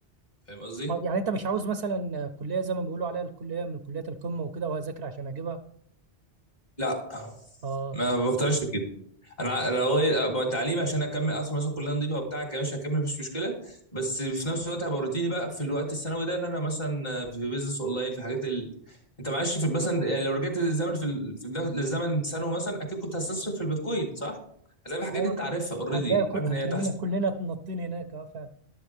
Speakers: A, on the left; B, on the right.
A: فاهم قصدي؟
B: آه، يعني انت مش عاوز مثلا كليه زي ما بيقولوا عليها الكليه من كليات القمه وكده وهذاكر عشان اجيبها
A: لا
B: اه
A: ما
B: تمام
A: بقتنعش بكده انا لو ابقى التعليم عشان اكمل اصلا مثلا كليه نظيفه وبتاع كمان مش هكمل مفيش مشكله بس في نفس الوقت هبقى روتيني بقى في الوقت الثانوي ده ان انا مثلا في بيزنس اونلاين في حاجات ال... انت معلش في مثلا يعني لو رجعت للزمن في, ال... في ده- للزمن ثانوي مثلا اكيد كنت هستثمر في البيتكوين صح؟ هتلاقي في حاجات
B: هو
A: دي انت عارفها اوريدي
B: هتلاقي كل-
A: عارف ان
B: هتلاقينا
A: هي تحصل
B: كلنا نطين هناك اه فعلا